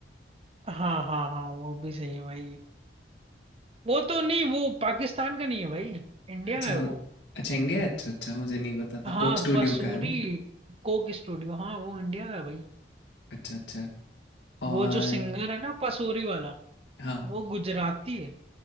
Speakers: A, on the right; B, on the left.
A: हाँ हाँ हाँ वो भी सही है भाई वो तो नहीं वो पाकिस्तान का नहीं है भाई इंडिया
B: अच्छा
A: का है
B: वो-
A: वो
B: अच्छा इंडिया है? अच्छा अच्छा मुझे नहीं पता था
A: हाँ
B: कोक स्टूडियो
A: पसूरी
B: का है ना
A: कोक स्टूडियो हाँ वो इंडिया का है भाई
B: अच्छा अच्छा और
A: वो जो सिंगर है ना पसूरी वाला
B: हाँ
A: वो गुजराती है